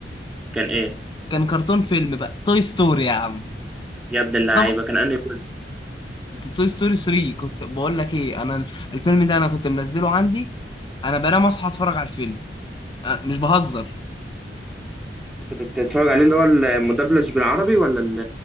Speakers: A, in the centre; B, on the left (about 25°).
A: كان ايه
B: كان كرتون فيلم بقى توي ستوري يا عم
A: يا ابن اللعيبه
B: طب
A: كان انهي جزء
B: توي ستوري 3 كنت بقول لك ايه انا الفيلم ده انا كنت منزله عندي انا بنام اصحى اتفرج على الفيلم أه، مش بهزر
A: كنت بتتفرج عليه اللي هو المدبلج بالعربي ولا ال-